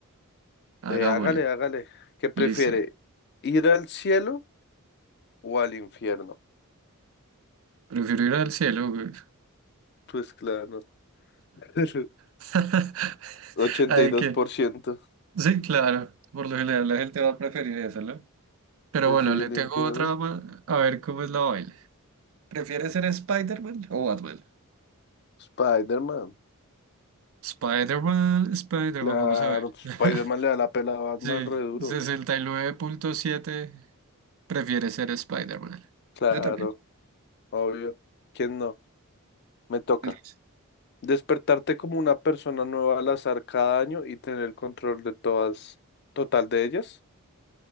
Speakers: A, on the right; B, on the left.
A: Hagámosle.
B: Eh, hágale, hágale. ¿Qué prefiere?
A: Listo.
B: ¿Ir al cielo o al infierno?
A: Prefiero ir al cielo, güey.
B: Pues claro. <laughs>
A: <laughs>
B: ochenta
A: Ay,
B: y dos
A: que...
B: por ciento.
A: Sí, claro. Por lo general la gente va a preferir eso, ¿no? Pero
B: Pues
A: bueno,
B: sí, el
A: le tengo
B: infierno.
A: otra más. A ver cómo es la vaina. ¿Prefieres ser Spider-Man o Batman?
B: Spider-Man,
A: Spider-Man, Spider-Man,
B: claro,
A: vamos a ver.
B: pues,
A: <laughs>
B: Spider-Man le da la pela a Batman
A: Sí,
B: re duro,
A: sesenta
B: güey.
A: y nueve punto siete. prefiere ser Spider-Man.
B: Claro,
A: Yo también.
B: obvio. ¿Quién no? Me toca.
A: feliz.
B: Despertarte como una persona nueva al azar cada año y tener el control de todas, total de ellas,